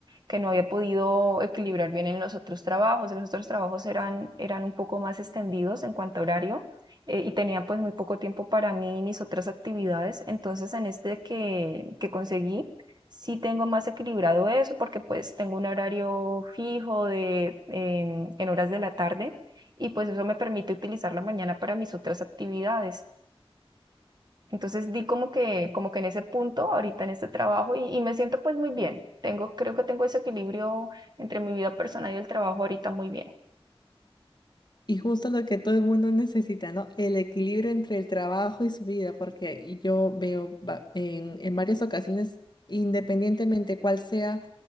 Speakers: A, on the right (about 45°); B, on the left (about 45°).
A: que no había podido equilibrar bien en los otros trabajos. Los otros trabajos eran, eran un poco más extendidos en cuanto a horario eh, y tenía pues muy poco tiempo para mí y mis otras actividades. Entonces en este que, que conseguí, sí tengo más equilibrado eso porque pues tengo un horario fijo de, em, en horas de la tarde y pues eso me permite utilizar la mañana para mis otras actividades. Entonces di como que, como que en ese punto, ahorita en este trabajo, y, y me siento pues muy bien. Tengo, creo que tengo ese equilibrio entre mi vida personal y el trabajo ahorita muy bien.
B: Y justo lo que todo el mundo <laughs> necesita, ¿no? El equilibrio entre el trabajo y su vida, porque yo veo va- en, en varias ocasiones, independientemente cuál sea